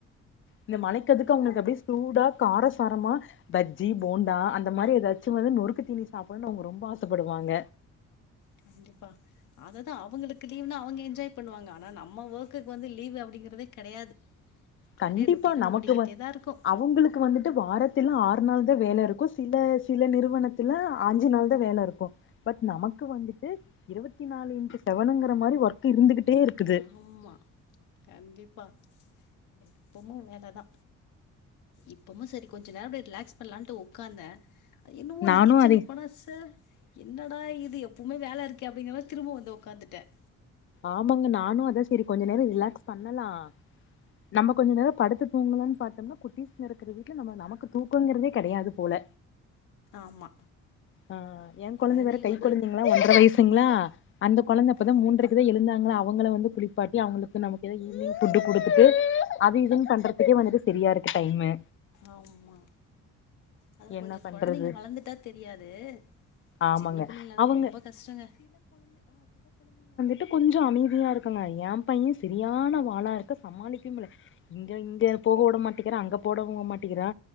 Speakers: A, on the left; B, on the left.
A: இந்த மலைக்காத்துக்கு அவுங்களுக்கு அப்டியே சூடா காரசாரமா பஜ்ஜி போண்டா அந்த மாரி லச்சு வது நொறுக்கு தீனி சாப் வனு அவங்க ரொம்ப ஆசப்படுவாங்க
B: கண்டிப்பா அததா அவங்களு கு லீவ்னா அவங்க என்ஜாய் பண்ணுவாங்க ஆனா நம்ம வர்க்குக்கு வந்து லீவ் அப்டிங்கறதே கெடையாது
A: கண்டிப்பா
B: அப்டியே ரொட்டீனா
A: நமக்கு
B: ஓடிக்கிட்டே
A: வ
B: தா இருக்கு
A: அவுங்களுக்கு வந்துட்டு வாரத்துல்ல ஆற் திர் நாள் து வேல இருக்கும் சில சில நிறுவனத்துல அஞ்சு நாள் தான் வேல இருக்கும் பட் நமக்கு வந்துட்டு இருவத்தி நாலு இன்ட்டு செவனுங்கற மாரி ஒர்க்கு இருந்துகிட்டேருக்குது
B: ஆமா கண்டிப்பா எப்போமு வேலதா இப்பமு சரி கொஞ்ச நேர்க்குல ரிலாக்ஸ் பண்ணலாம்ட்டு உக்காந்தேன் என்னவோ
A: நானு
B: அந்த கிச்சனுக்
A: அதே
B: போனா ச என்னடா இது எப்போமே வேல இருக்கு அப்படிங்கம திரும்போ வந்த ஒக்காந்துட்டேன்
A: ஆமாங்க நானும் அத சரி கொஞ்ச நேரோ ரிலாக்ஸ் பண்ணலா நம்ம கொஞ்ச நேரோ படுத்து தூங்கலாம் பாத்தோம்னா குட்டிஸ்க இருக்கற வீட்ல நம்ம நமக்கு தூக்குங்கிறதே கெடையாது போல
B: ஆமா
A: ஆ யங் கொழந்த
B: கொழந்தைங்க
A: வேற கை
B: கொஞ்சோ
A: கொழந்தைங்களா ஒன்ற வயிஸ் டுங்ளா அந்த கொழந்த இப்பதா
B: கண்டிப்பா
A: மூன்றக் இருந்தாங்களா அவங்கள வந்து குளிப்பாட்டி அவங்களுக்கு நமக்கேதோ ஈவ்னிங் ஃபுட்டு குடுத்துட்டு அது இதுன் பண்றதுக்கே வந்துட்டு செரியாருக்கு டைம்மு
B: ஆம்மா அத
A: என்ன
B: கொஞ்ச
A: பண்றது
B: கொழந்தைங்க வளந்துட்டா தெரியாது
A: ஆமாங்க
B: ஜின்ன பிள்ளைங்களதா
A: அவங்க
B: ரொம்ப கஷ்டங்க
A: ட்டு கொஞ்சோ அமைதியா இருக்குங்ளா ஏ பைய சரியான வாழாருக்கு சமாளிக்கவே முல்ல இங்க இங்க போட மாட்டிகிறா அங்க போடவு மாட்டிகிறா